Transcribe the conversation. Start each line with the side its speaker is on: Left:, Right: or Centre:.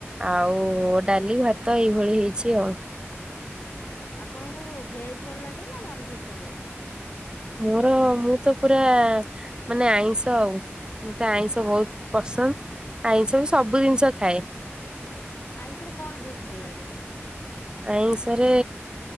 Right: ଆଉ ଡାଲି ଭାତ ଏଇଭଳି ହେଇଚି ଆଉ।
Left: ଆପଣଙ୍କୁ ଭେଜ୍ ଭଲ ଲାଗେ ନାଁ ନନ ଭେଜ୍ ଭଲ ଲାଗେ?
Right: ମୋର ମୁଁ ତ ପୁରା ମାନେ ଆଇଁଷ ଆଉ। ମତେ ଆଇଁଷ
Left: ଆଚ୍ଛା
Right: ଭଉତ ପସନ୍ଦ ଆଇଁଷ ମୁଁ ସବୁ ଜିନିଷ ଖାଏ।
Left: ହଁ ଆଇଁଷରେ କଣ ଭୋଉତ ଭଲ ଲାଗେ?
Right: ଆଇଁଷରେ